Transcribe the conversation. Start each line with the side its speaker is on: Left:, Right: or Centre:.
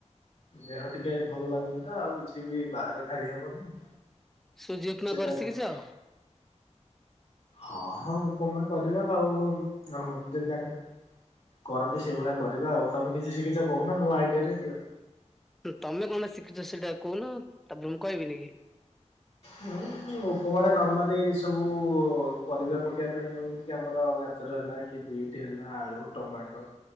Left: ଦେହ ଟିକେ ଭଲ ଲାଗୁନି ତ ଆଉ କିଛି ବି ବାହାରେ ଖାଇହବନି।
Centre: ସୁଜି
Left: ନିଜେ
Centre: ଉପମା କରି
Left: ଯାହା
Centre: ସିକିିଚ?
Left: ବନା ହଁ ହଁ ଉପମା କରିବା ଆଉ, ନର୍ମାଲ ଯେମିତି ଆମେ କରନ୍ତି ସେଇଭଳିଆ କରିବା ଆଉ। ତମେ କିଛି ଶିଖିଚ କହୁନ ନୂଆ ଆଇଡିଆ ଟେ ଦିଅ।
Centre: ତମେ କଣ ଟା ଶିଖିଚ ସେଇଟା କହୁନ ତାପରେ ମୁଁ କହିବିନି କି।
Left: ମୁଁ ଉପମାରେ ନର୍ମାଲି ସବୁ ପରିବା ପ କେଇବା ପାଇଁ ଏମିତି କି ଆମର ଗାଜର ହେଲା କି ବିଟ ହେଲା ଆଳୁ ଟମାଟୋ